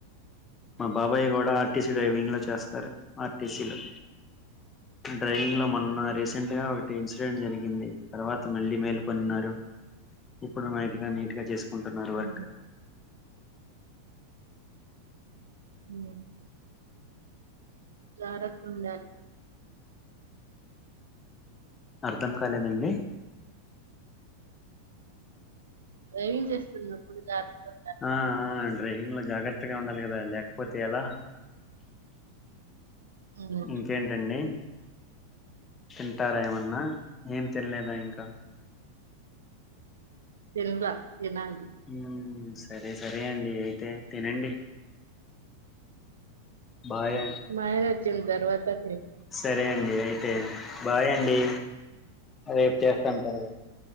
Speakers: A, on the left (about 20°); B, on the right (about 65°).
A: మా బాబాయ్ కూడా ఆర్టీసీ డ్రైవింగ్ లో చేస్తారు ఆర్టీసీలో డ్రైవింగ్ లో మొన్న రీసెంట్గా ఒకటి ఇన్సిడెంట్ జరిగింది తర్వాత మళ్ళీ మేల్కొన్నారు ఇప్పుడు మైట్ గా నీట్ గా చేసుకుంటున్నారు
B: హ్మ్.
A: వర్క్
B: ఊ జారత్త ఉండాలి
A: అర్ధం కాలేదండి
B: డ్రైవింగ్ చేస్తున్నప్పుడు జాగ్రత్తగుండాలి
A: ఆ
B: కదా!
A: ఆ డ్రైవింగ్ ల జాగ్రత్తగా ఉండాలి కదా లేకపోతే ఎలా
B: హ్మ్.
A: ఇంకేంటండి తింటారా ఏమ న్నా ఏం తినలేదా ఇంకా
B: తెన్ల తినాలి
A: ఉమ్ సరే సరే అండి అయితే తినండి బాయ్
B: మా ఆయన వచ్చిన తర్వాత తింటా.
A: సరే అండి అయితే బాయండి రేపు చేస్తాను తర్వాత